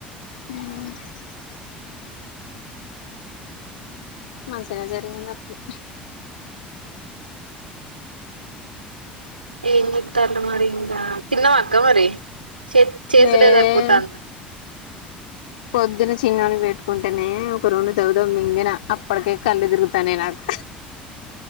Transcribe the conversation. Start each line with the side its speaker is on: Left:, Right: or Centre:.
Left: ఆ మంచిగా జరిగింది అప్పుడు
Right: ఏం చేతలు మరి ఇంకా తిన్నరా అక్క మరి చే చేసుడే
Left: ఏ
Right: సరిపోతంది
Left: పొద్దున చిన్నని పెట్టుకుంటేనే ఒక రెండు దవదవు మింగన అప్పటికే కళ్ళు తిరుగుతానే నాకు